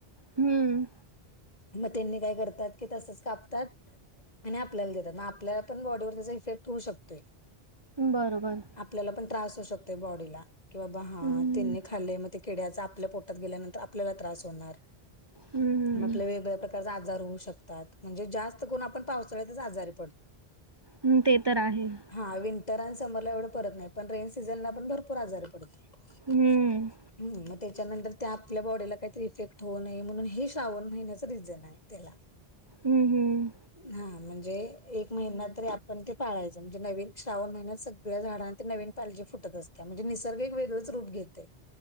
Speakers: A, on the right; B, on the left.
A: हं.
B: मंग त्यांनी कायं करतांत की तसंच कापतांत. आणि आपल्यांला देतांत मंग आपल्यांला पणं बॉडीवर त्यांचा इफेक्ट होऊं शकतोय.
A: बरोबर.
B: आपल्यांला पणं त्रांस होऊं शकतं तयं बॉडीला कि बाबां हां
A: हं, हं.
B: त्यांनी खांल्ल किड्यांचा आपल्या पोटांत गेल्यानंतर आपल्यांला त्रांस होणारं.
A: हं,
B: आपल्या वेगळ्यां प्रकारांच्या आजांर होऊं शकतांत म्हणजे जास्तं कोणं आपणं पावसाळ्यांतच आजांर
A: हम्मं ते तरं आहेतं
B: हां विंटर आणि समरलां एवढं परंत नाहीं पणं रेन सीझनला पणं भरंपूर आजारी पडतो.
A: हम्मं.
B: हं मंग त्यांच्यानंतर त्यां आपल्यां बॉडीला कांहीतरी इफेक्ट होऊं नये म्हणूंन हे श्रावणं महिन्यांचं रिझन आहे. तेलां
A: हम्मं हम्मं.
B: हां म्हणजे एक महिना तरी आपणं ते पाळायचं म्हणजे नवीन श्रावण महिन्यांत सगळ्यां झाडां ते नवीन पालजी फुटतं असतं म्हणजे निसर्ग एक वेगळंच रूपं घेतयं.